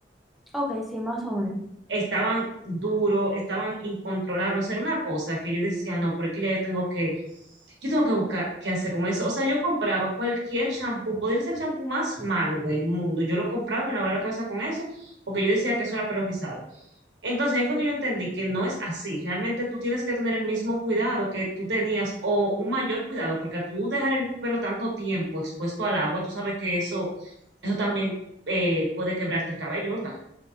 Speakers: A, in the centre; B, on the right.
A: Ok, sí, más o menos.
B: estaban duros, estaban incontrolables. O sea, era una cosa que yo decía, no, pero es que ya yo tengo que, yo tengo que buscar qué hacer con eso. O sea, yo compraba cualquier shampoo, podría ser el shampoo más malo del mundo. Yo lo compraba y me lavaba la cabeza con eso, porque yo decía que eso era pelo rizado. Entonces ahí fue que yo entendí que no es así. Realmente tú tienes que tener el mismo cuidado que tú tenías o un mayor cuidado, porque a tú dejar el pelo tanto tiempo expuesto al agua, tú sabes que eso, eso también eh, puede quebrarte el cabello, ¿verdad?